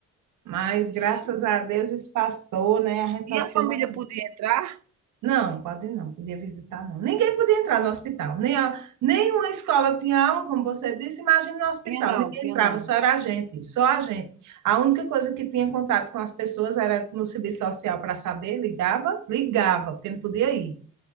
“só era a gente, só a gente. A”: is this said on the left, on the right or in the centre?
Right